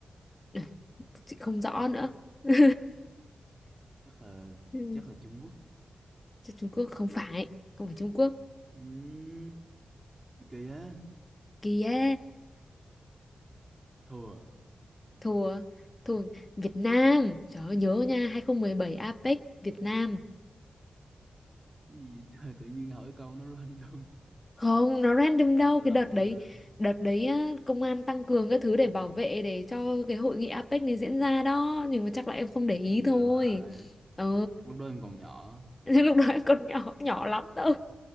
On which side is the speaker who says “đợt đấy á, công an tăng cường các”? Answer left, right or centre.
Left